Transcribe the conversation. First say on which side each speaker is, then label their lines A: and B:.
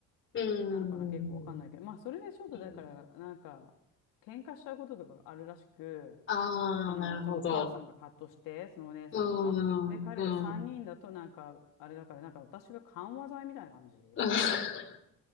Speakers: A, on the left (about 35°); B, on the left (about 80°).
A: ーん。
B: なのかな、結構わかんないけど、まあ、それでちょっとだから、
A: うん
B: なんか、喧嘩しちゃうこととかがあるらしく、
A: ああ、
B: あの、
A: なるほど。
B: そのお母さんがカットして、そのお姉さんが。
A: うーん。
B: で、彼3人だとなんか、
A: うん。うん
B: あれだから、なんか私が緩和剤みたいな感じ
A: <laughs>